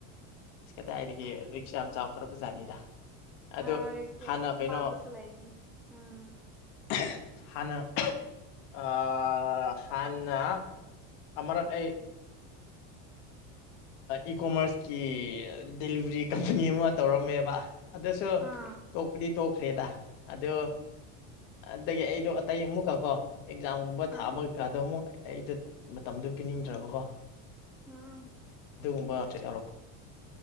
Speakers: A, on the left; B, in the centre.
A: ꯑꯁ ꯀꯗꯥꯏꯘꯒꯤ ꯔꯤꯛꯁꯥ ꯌꯥꯝ ꯆꯥꯎꯈ꯭ꯔꯕ ꯖꯥꯠꯅꯤꯗ ꯑꯗꯣ
B: ꯑ ꯔꯤꯛꯁꯇꯤ
A: ꯍꯥꯟꯅ ꯀꯩꯅꯣ
B: ꯑꯃꯥꯡꯕꯁꯨ ꯂꯩꯕꯅꯤ ꯎꯝ
A: <unintelligible> ꯍꯅ <unintelligible> ꯍꯥꯟꯅ ꯑꯃꯔꯛ ꯑꯩ ꯏꯀꯣꯃꯔꯁꯀꯤ ꯗꯦꯂꯤꯚꯔꯤ ꯀꯝꯄꯅꯤ ꯑꯃ ꯇꯧꯔꯝꯃꯦꯕ ꯑꯗꯨꯁꯨ
B: ꯑꯥ
A: ꯇꯣꯛꯄꯨꯗꯤ ꯇꯣꯛꯈ꯭ꯔꯦꯗ ꯑꯗꯨ ꯑꯗꯒꯤ ꯑꯩꯗꯣ ꯑꯇꯩ ꯑꯃꯨꯛ ꯀꯣ ꯑꯦꯛꯖꯥꯝꯒꯨꯝꯕ
B: ꯑꯥ
A: ꯊꯥꯕ ꯀꯩꯀꯥꯗꯣ ꯑꯃꯨꯛ ꯑꯩꯗꯣ ꯃꯇꯝꯗꯨꯣ ꯄꯤꯅꯤꯡꯗ꯭ꯔꯕꯀꯣ
B: ꯎꯝ
A: ꯑꯗꯨꯒꯨꯝꯕ ꯌꯥꯎꯔꯛꯄ